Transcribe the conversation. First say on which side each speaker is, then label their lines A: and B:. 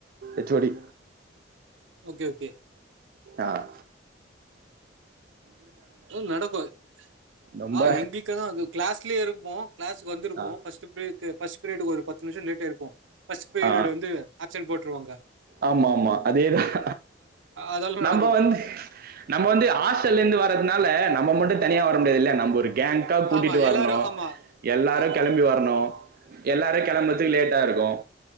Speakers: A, on the right (about 50°); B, on the right (about 80°).
A: எச்ஓடி
B: ஓகே -ஓகே
A: ஆஹ
B: நடக்கும்
A: ரொம்ப
B: ஆஹ் எங்கிக்கதான் அ கிளாஸ்லய இரு வ கிளாஸு வந்திருக்கோம்
A: ஆ
B: ஃபஸ்ட் பிரேக் பஸ் ப்ரீடு ஒரு பத்து நிமிசம் லேட்டாயிருக்கும் பஸ் பீரியட்
A: ஆ
B: வந்து ஆப்சன் போட்டு வாங்க
A: ஆமா ஆமா அதேதான்
B: அதெல்லா நடக்கு
A: நம்ம வந்து நம்ம வந்து ஹாஸ்டல்ல இருந்து வரதுனால நம்ம மட்டும் தனியா வர முடியாதுல்ல நம்ப ஒரு கேங்க்கா கூட்டிட்டு
B: ஆமா எல்லாரு
A: வரணும்
B: ஆமா
A: எல்லாரும்
B: ஆமா
A: கெளம்பி வரணும் எல்லாரும் கெளம்புறதுக்கு லேட்டாருக்கும்